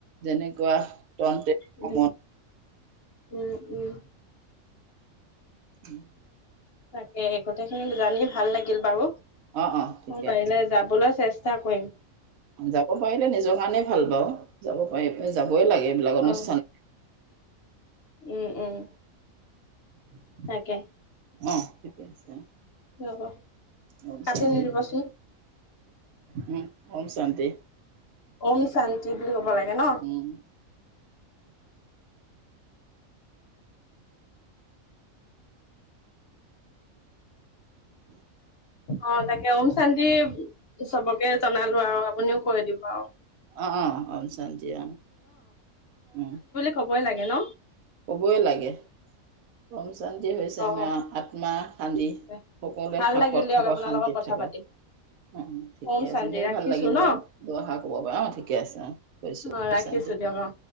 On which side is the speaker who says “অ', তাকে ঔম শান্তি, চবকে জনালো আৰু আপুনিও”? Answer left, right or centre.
Left